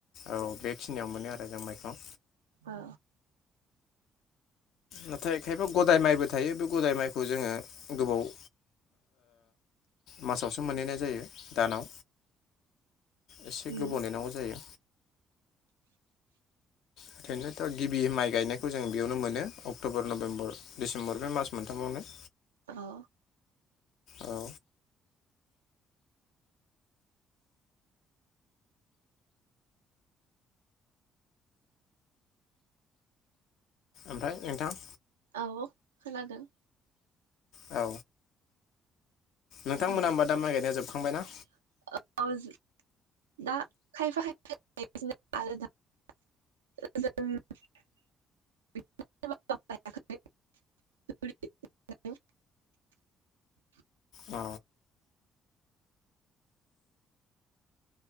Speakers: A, on the left; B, on the right.
A: औ बेखिनियाव मोनो आरो जों माइखौ
B: औ
A: नाथाय खायफा गदाय माइबो थायो बे गदाय माइखौ जोङो गोबाव ओ मासावसो मोनहैनाय जायो दानाव एसे
B: उम
A: गोबाव नेनांगौ जायो ओंखायनोथ' गिबि माइ गायनायखौ जों बेयावनो मोनो अक्ट'बर नभेम्बर डिसेम्बर बे मास मोनथामावनो
B: औ
A: औ ओमफाय नोंथां
B: औ खोनादों
A: औ नोंथांमोना
B: ओ
A: होमबा दा माय गायनाया जोब खांबाय ना
B: <inaudible>
A: अ